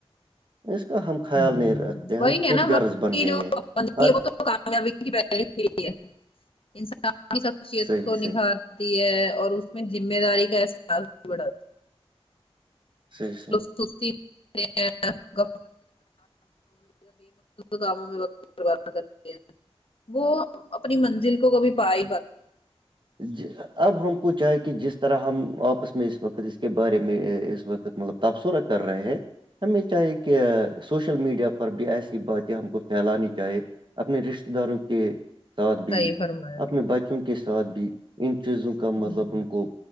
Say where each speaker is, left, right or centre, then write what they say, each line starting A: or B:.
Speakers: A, on the right; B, on the left.
A: اس کا ہم خیال
B: ہوں
A: نہیں رکھتے
B: وہی
A: ہم خود
B: ہے نا
A: غرض
B: وقت
A: بن
B: کی
A: گئے
B: جو
A: ہیں
B: وہ
A: ہر
B: تو کامیابی کی انسان شخصیت
A: صحیح
B: کو نکھار
A: صحیح
B: آتی ہے اور اس میں ذمہ داری کا احساس اڑا
A: سی سی
B: ی مقد کاموں میں تے وہ اپنی منزل کو کبھی پا ہی پات
A: ثب اب ہم کو چاہے کہ جس طرح ہم آپس میں اس وقت اس کے بارے میں اس وقت مطلب تبصرہ کر رہے ہیں ہمیں چاہی کہ سوشل میڈیا پر بھی ایسی باتیں ہم کو پھیلانی چاہی اپنے رشتتے داروں کے ساتھ بھی
B: صحیح فرمایا
A: اپنے
B: آپ
A: بچوں کے ساتھ بھی ان چیزوں کا مطلب
B: نے
A: ان کو